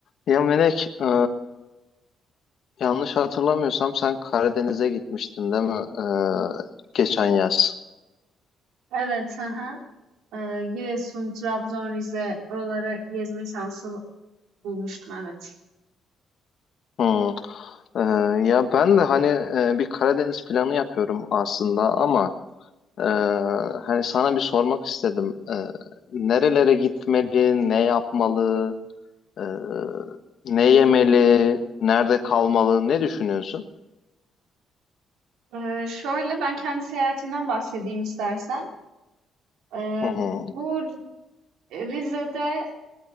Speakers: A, on the left; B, on the right.
A: Ya Melek, e, yanlış hatırlamıyorsam sen Karadeniz'e gitmiştin değil mi? E, geçen yaz.
B: Evet, hı hı. Ee, Giresun, Trabzon, Rize oraları gezme şansı bulmuştum evet.
A: Hmm. E, ya ben de hani e, bir Karadeniz planı yapıyorum aslında ama e, hani sana bir sormak istedim. E, nerelere gitmeli, ne yapmalı, e, ne yemeli, nerede kalmalı, ne düşünüyorsun?
B: Ee, şöyle ben kendi seyahatimden bahsedeyim istersen. Ee,
A: Hı hı,
B: bu Rize'de